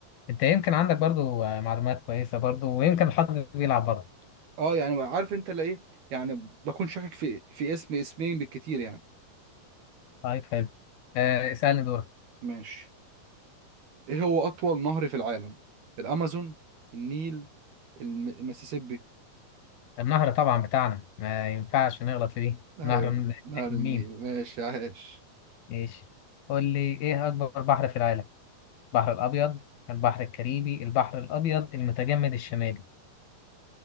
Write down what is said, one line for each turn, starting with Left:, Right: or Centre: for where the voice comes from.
Left: انت يمكن عندك برضو آه، معلومات كويسة برضو ويمكن الحظ بيلعب برضو
Right: اه يعني عارف انت اللي ايه يعني بكون شاكك في في اسم اسمين بالكتير يعني
Left: طيب حلو آه، اسألني دورك
Right: ماشي ايه هو أطول نهر في العالم؟ الأمازون النيل الم- المسيسيبي
Left: النهر طبعا بتاعنا ما ينفعش نغلط في دي
Right: ايوه
Left: نهر من
Right: نهر النيل
Left: مين
Right: ماشي عاش
Left: ماشي قول لي ايه اكبر بحر في العالم البحر الابيض البحر الكاريبي البحر الابيض المتجمد الشمالي